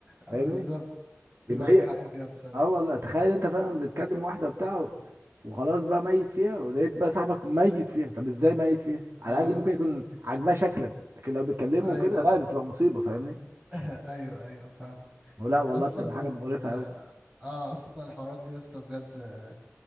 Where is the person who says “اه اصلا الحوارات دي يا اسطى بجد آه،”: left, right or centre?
Right